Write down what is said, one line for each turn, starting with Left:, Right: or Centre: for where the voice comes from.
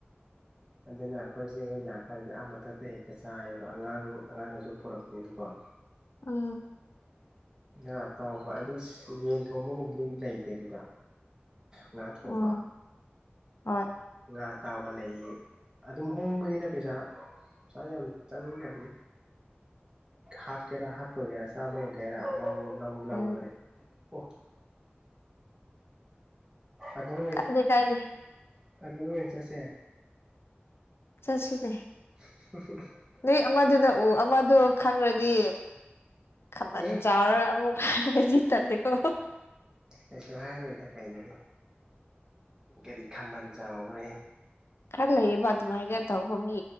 Right: ꯑꯗꯨꯅ ꯑꯩꯈꯣꯏꯁꯦ ꯍꯣꯏ ꯂꯥꯛꯀꯥꯟꯁꯤꯗꯤ ꯑꯥ ꯃꯊꯛꯇ ꯍꯦꯛꯇ ꯆꯥꯏꯌꯦꯕ ꯑꯉꯥꯡ ꯑꯉꯥꯡꯒ ꯁꯨꯝ ꯄꯨꯔꯛꯄꯅꯤꯅꯀꯣ
Left: ꯑ
Right: ꯑꯥ ꯇꯥꯎꯕ ꯑꯗꯨꯒꯤ ꯌꯦꯟ ꯊꯣꯡꯕꯒꯨꯝꯕꯗꯤ ꯂꯩꯇꯦ ꯑꯗꯨꯗ ꯉꯥ ꯊꯣꯡꯕ
Left: ꯎꯝ ꯍꯣꯏ
Right: ꯉꯥ ꯑ ꯇꯥꯎꯕ ꯂꯩꯌꯦ ꯑꯗꯨꯝ ꯍꯣꯡꯕꯅꯤꯅ ꯄꯩꯁꯥ ꯄꯩꯁꯥ ꯌꯥꯝ ꯆꯪꯅꯕꯅꯤ ꯍꯥꯞꯀꯦꯔꯥ ꯍꯥꯞꯄꯒꯦꯔꯥ ꯆꯥꯝꯃ ꯌꯥꯡꯒꯦꯔꯥ ꯂꯧ ꯂꯧꯕꯅꯦ
Left: ꯎꯝ
Right: ꯑꯣ ꯑꯕꯜ
Left: ꯀꯥꯏꯗꯦ ꯀꯥꯏꯗꯦ
Right: ꯔ ꯑꯕꯜ ꯔ ꯆꯁꯦ
Left: ꯆꯠ ꯁ꯭ꯔꯤꯗ
Right: <inaudible>
Left: ꯅꯣꯏ ꯑꯃꯗꯨ ꯅꯎ ꯑꯃꯗꯣ ꯈꯪꯈ꯭ꯔꯅꯤ ꯈꯕꯜ
Right: ꯑꯦ
Left: ꯆꯥꯎꯥꯎꯔ ꯑꯃꯨꯖꯤ ꯊꯗꯀꯣ
Right: ꯀꯩꯁꯨ ꯍꯥꯏꯔꯣꯏꯗ ꯀꯩꯅꯣ ꯀꯔꯤ ꯈꯥꯝꯕꯟ ꯆꯥꯎꯈ꯭ꯔꯦ
Left: ꯈꯔ ꯂꯩꯔꯤꯕ ꯑꯗꯨꯃꯥꯏꯅ ꯇꯧꯕ ꯃꯤ